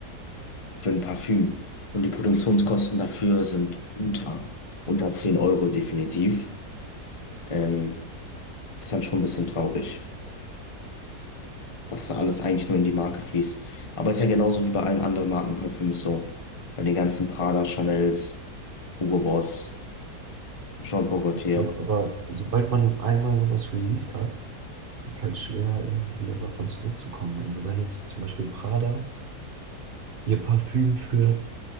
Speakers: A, on the left; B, on the right.
A: für ein Parfüm. Und die Produktionskosten dafür sind unter, unter 10 Euro definitiv. Ähm, das ist dann schon ein bisschen traurig, was da alles eigentlich nur in die Marke fließt. Aber ist ja genauso wie bei allen anderen Marken so. Bei den ganzen Prada, Chanels, Hugo Boss, Jean Paul Gaultier.
B: doch, aber sobald man einmal sowas released hat, ist es halt schwer, irgendwie wieder davon zurückzukommen. Also wenn jetzt zum Beispiel Prada ihr Parfüm für